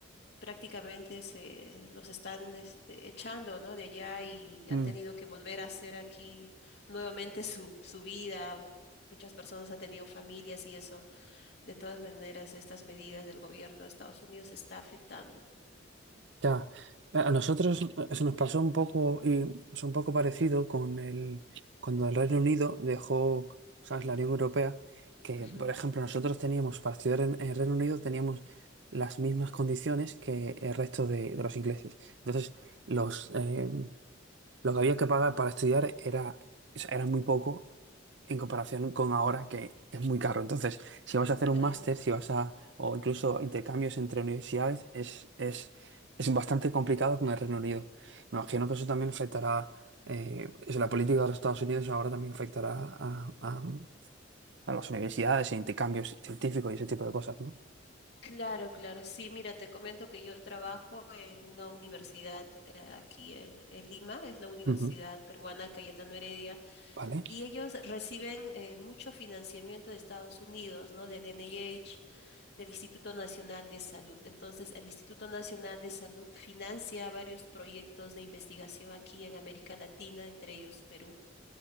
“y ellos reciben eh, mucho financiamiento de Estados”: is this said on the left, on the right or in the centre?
Left